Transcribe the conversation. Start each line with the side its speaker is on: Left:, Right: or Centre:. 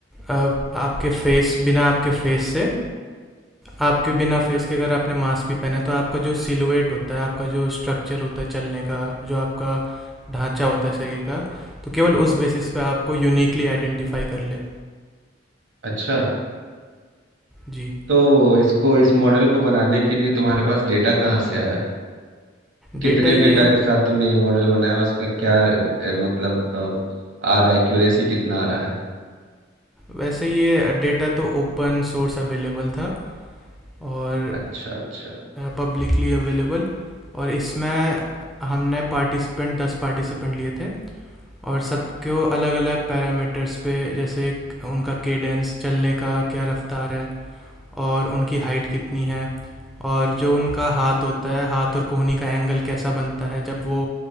Centre: आपके फेस बिना आपके फेस से आपके बिना फेस के अगर आपने मास्क भी पहना है तो आपका जो सिलुएट होता है आपका जो स्ट्रक्चर होता है चलने का जो आपका ढांचा होता है शरीर का तो केवल उस बेसिस पे आपको यूनिकली आइडेंटिफाई कर ले
Right: अच्छा
Centre: जी
Right: तो इसको इस मॉडल को बनाने के लिए तुम्हारे पास डेटा कहाँ से आया कितने
Centre: डेटा ये
Right: डेटा के साथ तुमने ये मॉडल बनाया और इसका क्या अ, मतलब अ, आ रहा है एक्यूरेसी कितना आ रहा है
Centre: वैसे ये डेटा तो ओपन सोर्स अवेलेबल था और
Right: अच्छा अच्छा
Centre: पब्लिकली अवेलेबल और इसमें हमने पार्टिसिपेंट दस पार्टिसिपेंट लिए थे और सबको अलग अलग पैरामीटर्स पे जैसे उनका केडेंस चलने का क्या रफ्तार है और उनकी हाइट कितनी है और जो उनका हाथ होता है हाथ और कोहनी का एंगल कैसा बनता है जब वो